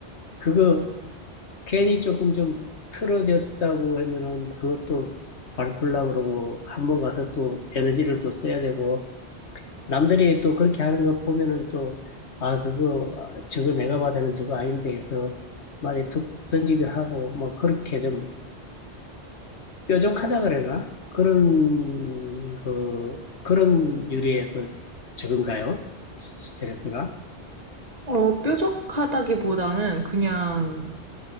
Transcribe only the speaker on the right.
어, 뾰족하다기보다는 그냥